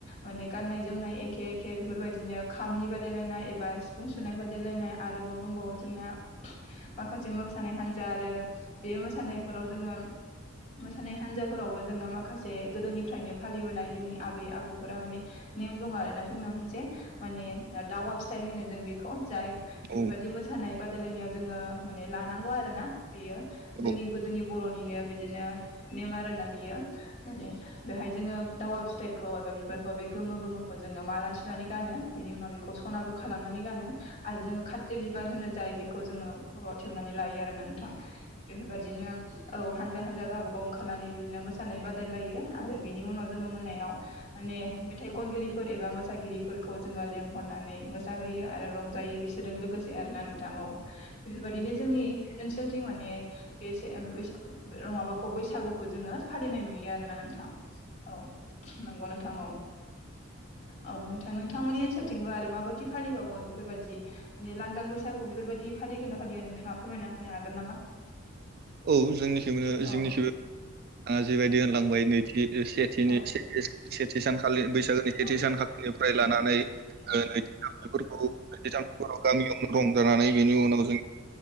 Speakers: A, on the left; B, on the right.
A: माने गान नाय जोमनाय एखे एखे बेफोरबायदिनो खामानि बादायलायनाय एबा सिफुं सुनाय बादायलायनाय आरोबाव दंबाव जोंना माखासे मोसानाय हान्जा आरो बे मोसानायफोराव जोङो मोसानाय हान्जाफोरावबो जोङो माखासे गोदोनिफ्रायनो फालिबोनाय जोंनि आबै आबौफोरा माने नेम दं आरो ना जोंना मोनसे माने दावा फिथाइ होनो जों बेखौ जाय बेफोरबायदि
B: औ
A: मोसानाय बादायलायनायाव जोङो माने लानांगौ आरो ना बेयो जोंनि
B: औ
A: गोदोनि बर'निनो बिदिनो नेम आरो ना बियो माने बेहाय जोङो दावा फि थाइखौ एबा बिबारखौ बे गोमो गोमोखौ जोङो माला सुनानै गानो बिनि उनाव बेखौ सनाबो खालामनानै गानो आरो जोङो खाथ्रि बिबार होनो जाय बेखौ जोङो खर'आव थेबनानै लायो आरो नोंथां बेफोरबादिनो औ हान्जा हान्जा गावबा गाव ओंखारनानै बिदिनो मोसानाय बादायलायो आरो बिनि उनाव जोङो मोनायाव माने मेथाइ खनगिरिफोर एबा मोसागिरिफोरखौ जोङो लेंहरनानै मोसाहैयो आरो रं जायो बिसोरजों लोगोसे आरो ना नों थां औ बेफोरबायदिनो जोंनि ओनसोलथिं माने बेसे ओं बाखौ बैसागुखौ जोङो फालिनाय नुयो आरो ना नोंथां औ नंगौ नों थां औ औ नोंथां नोंथांमोननि ओनसोलथिंबो आरो माबायदि फालिबावो बेफोरबायदि माने लांदां बैसा सागु बेफोरबायदि फालिगोन ना फालिया नोंथाङा फोरमायना होनो हागोन नामा
B: औ जोंनिखै
A: औ
B: जोंनि जिबायदि होनलांबाय नैथि सेथिनि
A: औ
B: सेथि सानखालि बै सागोनि सेथि
A: औ
B: सानखालिनिफ्राय लानानै <unintelligible>
A: औ
B: गामियावनो दं <unintelligible> बिनि उनाव
A: औ